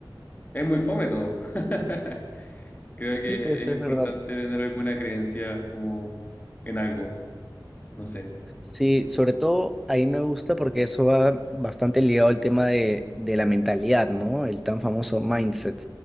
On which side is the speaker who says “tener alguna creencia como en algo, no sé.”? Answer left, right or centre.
Left